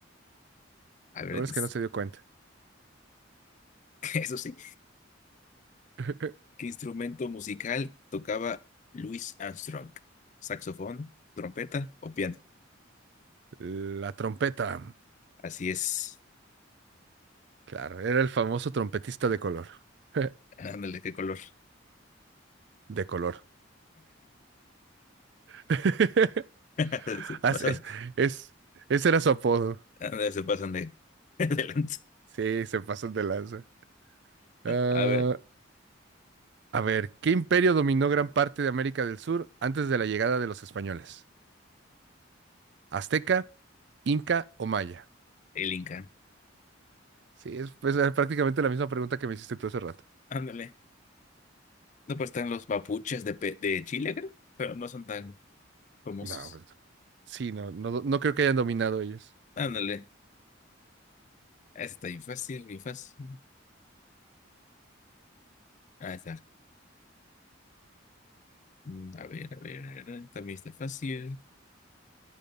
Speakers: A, on the left; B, on the right.
A: A ver,
B: Lo bueno
A: dice,
B: es que no se dio cuenta.
A: <laughs> eso sí,
B: <laughs>
A: ¿qué instrumento musical tocaba Louis Armstrong? ¿Saxofón, trompeta o piano?
B: La trompeta.
A: Así es,
B: Claro, era el famoso trompetista de color. <laughs>
A: ándale, qué color.
B: De color. <laughs>
A: <laughs> Se
B: As-
A: pasan,
B: Es, es- ese era su apodo.
A: ándale, se pasan de, <laughs> adelante.
B: Sí, se pasó de lanza. Ah,
A: A ver,
B: a ver, ¿qué imperio dominó gran parte de América del Sur antes de la llegada de los españoles? ¿Azteca, Inca o Maya?
A: el Inca,
B: Sí, es pues, era prácticamente la misma pregunta que me hiciste tú hace rato.
A: ándale. No, pues están los mapuches de, Pe- de Chile, creo, pero no son tan famosos.
B: No, pues, sí, no, no, no creo que hayan dominado ellos.
A: Ándale, ese está bien fácil, bien fácil. Ah, está. Mm, A ver, a ver, a ver, también está fácil.